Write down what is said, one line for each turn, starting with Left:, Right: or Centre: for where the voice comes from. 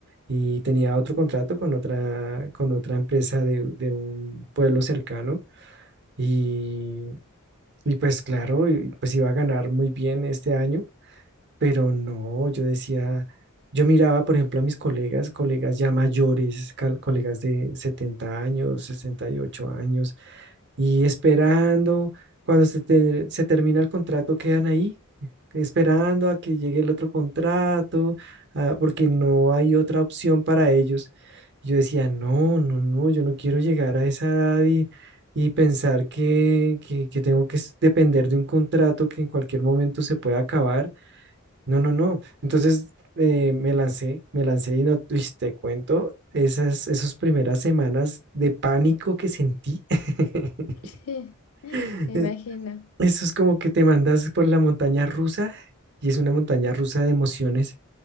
Right: y tenía otro contrato con otra, con otra empresa de, de un pueblo cercano. Y, y pues claro, y pues iba a ganar muy bien este año. Pero no, yo decía, yo miraba, por ejemplo, a mis colegas, colegas ya mayores, cal- colegas de 70 años, 68 años, y esperando, cuando se, te- se termina el contrato, quedan ahí, esperando a que llegue el otro contrato, ah, porque no hay otra opción para ellos. Yo decía, no, no, no, yo no quiero llegar a esa edad y, y pensar que, que que tengo que s- depender de un contrato que en cualquier momento se pueda acabar. No, no, no. Entonces eh, me lancé, me lancé y no, uy, te cuento, esas, esas primeras semanas de pánico que sentí. <laughs>
Left: Sí,
Right: Eh,
Left: me imagino.
Right: Eso es como que te mandas por la montaña rusa y es una montaña rusa de emociones